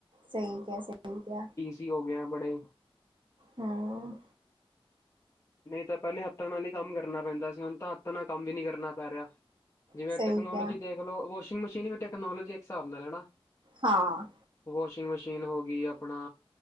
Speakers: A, on the right; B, on the left.
A: ਸਈ ਕਿਆ ਸਈ ਕਿਆ।
B: ਕੀ ਹੋ ਗਿਆ ਬੜੇ
A: ਹਾਂ।
B: ਨਈ ਤਾਂ ਪੈਲੇ ਹੱਥਾਂ ਨਾਲ ਈ ਕੰਮ ਕਰਨਾ ਪੈਂਦਾ ਸੀ ਹੁਣ ਤਾਂ ਹੱਥਾਂ ਨਾਲ ਕੰਮ ਵੀ ਨੀ ਕਰਨਾ ਪੈ ਰਿਆ। ਜਿਵੇਂ
A: ਸਹੀ
B: ਟੈਕਨੋਲੋਜੀ
A: ਕਿਹਾ
B: ਦੇਖ ਲੋ ਵੋਸ਼ਿੰਗ ਮਸ਼ੀਨ ਵੀ ਟੈਕਨੋਲੋਜੀ ਹਿਸਾਬ ਨਾਲ ਹਨਾ।
A: ਹਾਂ।
B: ਵੋਸ਼ਿੰਗ ਮਸ਼ੀਨ ਹੋਗੀ ਆਪਣਾ